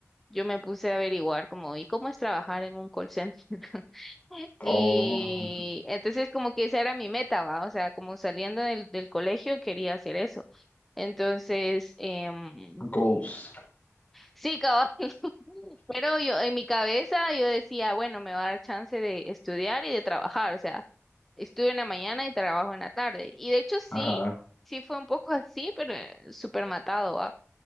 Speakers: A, in the centre; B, on the left.
A: yo me puse a averiguar como, ¿y cómo es trabajar en un call center? <laughs>
B: Oh,
A: Y entonces como que esa era mi meta, ¿va? O sea, como saliendo del, del colegio quería hacer eso. Entonces, em,
B: goals.
A: sí, cabal, <laughs> pero yo en mi cabeza yo decía, bueno, me va a dar chance de estudiar y de trabajar, o sea, estudio en la mañana y trabajo en la tarde. Y de hecho sí,
B: Ajá.
A: sí fue un poco así, pero eh, súper matado, ¿va?